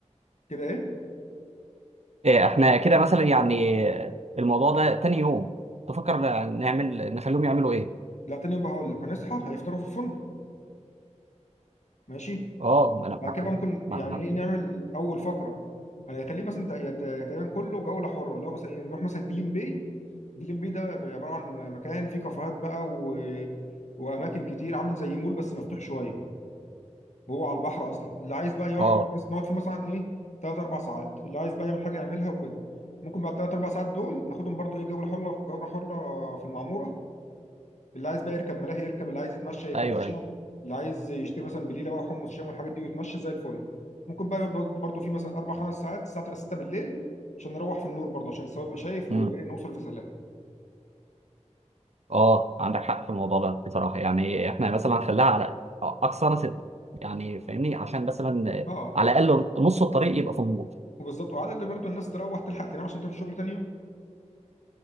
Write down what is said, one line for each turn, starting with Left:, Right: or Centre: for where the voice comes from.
Left: كده ايه
Right: إيه، احنا كده مثلا يعني الموضوع ده تاني يوم تفكر نعمل نخليهم يعملوا ايه
Left: لا تاني يوم بقى هقول لك هنصحى هيفطروا في الفندق ماشي
Right: اه ما انا
Left: بعد كده بقى ممكن
Right: ما
Left: يعني
Right: احنا
Left: ايه
Right: عارفين
Left: نعمل اول فقره هيخليه مثلا تق- يت- تقريبا كله جوله حره اللي هو مثلا ايه نروح مثلا جليم باي جليم باي ده بيبقى عباره عن م- مكان فيه كافيهات بقى و... واماكن كتير عامل زي مول بس مفتوح شويه وهو على البحر اصلا اللي عايز بقى يقعد
Right: اه
Left: بس نقعد فيه مثلا ايه ثلاث اربع ساعات اللي عايز بقى يعمل حاجه يعملها وكده ممكن بعد ثلاث اربع ساعات دول ناخدهم برضو ايه جوله حره جوله حره في المعموره اللي عايز بقى يركب ملاهي يركب اللي عايز يتمشى يتمشى
Right: ايوه ايوه
Left: اللي عايز يشتري مثلا بليله بقى وحمص شام والحاجات دي ويتمشى زي الفل ممكن بقى يقعد برضه في مثلا اربع خمس ساعات الساعه تبقى 6 بالليل عشان نروح في النور برضه عشان السواق يبقى شايف
Right: امم
Left: وايه نوصل في سلام
Right: اه عندك حق في الموضوع ده بصراحه يعني احنا مثلا هنخليها على اقصانا سته يعني فاهمني عشان مثلا
Left: اه
Right: على الاقل نص الطريق يبقى في النور
Left: وبالظبط وعلى اللي برضه الناس تروح تلحق تنام عشان تروح الشغل تاني يوم